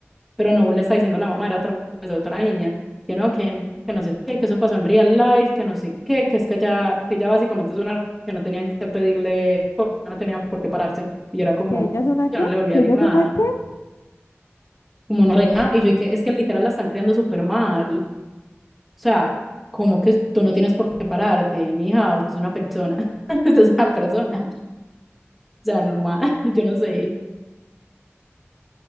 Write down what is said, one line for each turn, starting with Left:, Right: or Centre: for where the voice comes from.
Centre: pero no le está diciendo la mamá, era otra, pues, otra niña, que no, que, que no sé qué, que eso pasó en real life, que no sé qué, que es que ya, que ya básicamente es una que no tenían que pedirle, pues, no tenían por qué pararse. Y yo era como,
Left: ¿Que ella es una qué?
Centre: yo no le volví
Left: ¿Que
Centre: a decir
Left: ella
Centre: nada,
Left: es una qué?
Centre: como no reina, y yo dije, es que literal la están creando súper mal o sea, como que tú no tienes por qué pararte, mija, usted es una persona, <laughs> usted es una persona, o sea, normal, <laughs> yo no sé.